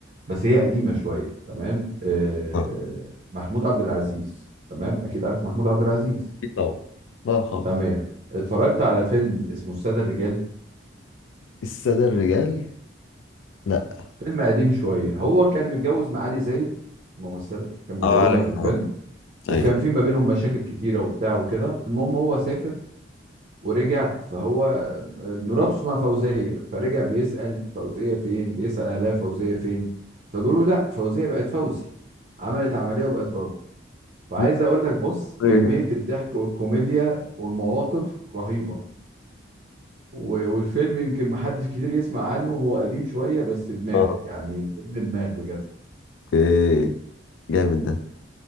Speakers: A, on the right (about 45°); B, on the left (about 80°).
A: بس هي قديمه شويه تمام آه
B: اه
A: محمود عبد العزيز تمام اكيد عارف محمود عبد العزيز
B: أكيد طبعا الله يرحمه
A: تمام اتفرجت على فيلم اسمه الساده الرجال
B: السادة الرجال لا
A: فيلم قديم شويه هو كان متجوز معالي زايد ممثله كان متجوزها
B: آه، عارفها
A: في الفيلم وكان
B: ايوه
A: في ما بينهم مشاكل كتيره وبتاع وكده المهم هو سافر ورجع فهو مراته اسمها فوزية فرجع بيسأل فوزية فين بيسأل أهلها فوزية فين فبيقولوا لا فوزية بقت فوزي عملت عملية وبقت راجل فعايز
B: لا.
A: أقول لك بص
B: إيه.
A: كمية الضحك والكوميديا والمواقف رهيبة و- والفيلم يمكن محدش كتير يسمع عنه هو قديم شوية بس دماغ
B: اه
A: يعني فيلم دماغ بجد
B: اوكي جامد ده